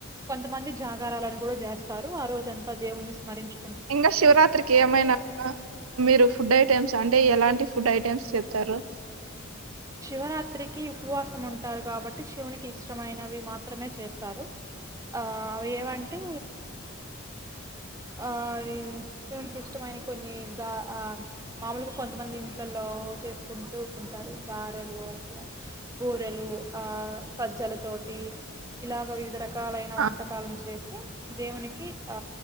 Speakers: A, on the right (about 15°); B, on the right (about 85°).
A: కొంతమంది జాగరాలని కూడా చేస్తారు ఆ రోజు అంతా దేవుని స్మరించు
B: ఇంగ శివరాత్రికి ఏమైనా మీరు ఫుడ్ అయి టమ్స్ అంటే ఎలాంటి ఫుడ్ ఐటెమ్స్ చెత్తారు
A: శివరాత్రికి ఉపవాసం ఉంటారు కాబట్టి శివునికి ఇష్టమైనవి మాత్రమే చేస్తారు ఆ అవి ఏవంటే ఆవి శివునికి ఇష్టమైన కొన్ని గా ఆ మామూలుగా కొంతమంది ఇంట్లలో చేస్త ఉంటూ ఉంటారు గారెలు అలా బూరెలు ఆ సజ్జల తోటి ఇలాగ వివిధ రక రకాలైన వంటకాలను
B: ఆ
A: చేసి దేవునికి ఆ